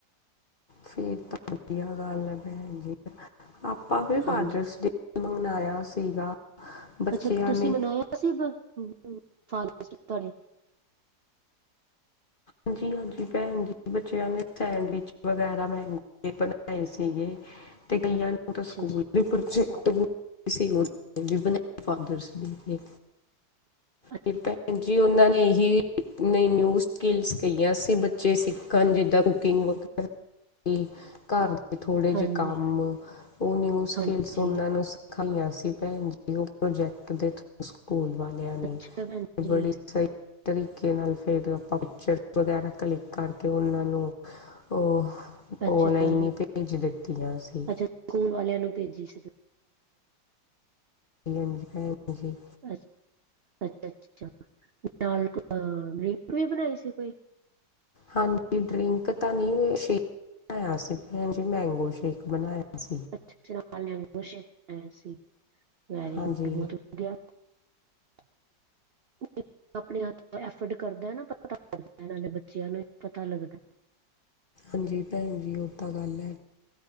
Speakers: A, on the left (about 40°); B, on the right (about 70°).
A: ਫੇਰ ਤਾਂ ਵਧੀਆ ਗੱਲ ਐ ਭੈਣ ਜੀ, ਆਪਾਂ ਵੀ
B: ਹਾਂਜੀ
A: ਫਾਦਰਸ ਡੇ ਏਨੂੰ ਮਨਾਇਆ ਸੀਗਾ। ਬੱਚਿਆਂ
B: ਅੱਛਾ ਤੁਸੀਂ
A: ਨੇ
B: ਮਨਾਇਆ ਸੀ ਬ, ਫਾਦਰਸ ਡੇ ਤੁਹਾਡੇ
A: ਹਾਂਜੀ-ਹਾਂਜੀ ਭੈਣ ਜੀ ਬੱਚਿਆਂ ਨੇ ਸੈਂਡਵਿਚ ਵਗੈਰਾ ਮਹਿੰਗੇ ਬਣਾਏ ਸੀਗੇ 'ਤੇ ਕਈਆਂ ਨੂੰ
B: ਅੱਛਾ
A: ਤਾਂ ਸਕੂਲ
B: ਅੱਛਾ
A: ਵੀ ਪ੍ਰੋਜੈਕਟ ਵੀ <inaudible> ਬਣਾਏ ਫਾਦਰਸ ਡੇ 'ਤੇ।
B: <inaudible>
A: 'ਤੇ ਭੈਣ ਜੀ ਉਨਾਂ ਨੇ ਏਹੀ ਨਈ ਨਿਊ ਸਕਿਲਸ ਕਈਆਂ ਸੀਂ ਬੱਚੇ ਸਿੱਖਨ ਜਿੱਦਾਂ ਕੁਕਿੰਗ ਵਗ਼ੈਰਾ ਈ ਘਰ 'ਤੇ ਥੋੜੇ
B: ਹਾਂਜੀ
A: ਜੇ ਕੰਮ ਓ ਨਿਊ ਸਕਿਲਸ
B: ਹਾਂਜੀ
A: ਉਨਾਂ ਨੂੰ ਸਿਖਾਈਆਂ ਸੀ ਭੈਣ ਜੀ ਓ ਪ੍ਰੋਜੈਕਟ ਦੇ ਥਰੂ ਸਕੂਲ ਵਾਲਿਆਂ ਨੇ।
B: ਅੱਛਾ ਭੈਣ ਜੀ
A: ਬੜੀ ਸਈ ਤਰੀਕੇ ਨਾਲ ਫੇਰ ਆਪਾਂ ਪਿਕਚਰ ਵਗੈਰਾ ਕਲਿੱਕ ਕਰਕੇ ਉਨਾਂ ਨੂੰ, ਓ
B: ਅੱਛਾ
A: ਔਲਾਈਨ ਈ ਭੇਜ ਦਿੱਤੀਆਂ ਸੀ।
B: ਅੱਛਾ ਸਕੂਲ ਵਾਲਿਆਂ ਨੂੰ ਭੇਜੀ ਸੀ।
A: ਹਾਂਜੀ-ਹਾਂਜੀ ਭੈਣ ਜੀ।
B: ਅ ਅੱਛਾ-ਅੱਛਾ ਨਾਲ ਅ ਡਰਿੰਕ ਵੀ ਬਣਾਈ ਸੀ ਕੋਈ?
A: ਹਾਂਜੀ ਡਰਿੰਕ ਤਾਂ ਨਈ ਸ਼ੇ ਕ ਬਣਾਇਆ ਸੀ ਭੈਣ ਜੀ, ਮੈਂਗੋ ਸ਼ੇਕ ਬਣਾਇਆ ਸੀ।
B: ਅੱਛਾ-ਅੱਛਾ ਮੈੰਗੋ ਸ਼ੇਕ ਬਣਾਇਆ ਸੀ, ਵੈਰੀ
A: ਹਾਂਜੀ
B: ਗੁੱਡ ਬੋਤ ਵਧੀਆ। <inaudible> ਆਪਣੇ ਹੱਥ ਐ ਫਡ ਕਰਦਾ ਏ ਨਾ ਪਤਾ ਲਗਦਾ ਨਾਲੇ ਬੱਚਿਆਂ ਨੂੰ ਵੀ ਪਤਾ ਲੱਗਦਾ।
A: ਹਾਂਜੀ ਭੈਣ ਜੀ ਓ ਤਾਂ ਗੱਲ ਐ।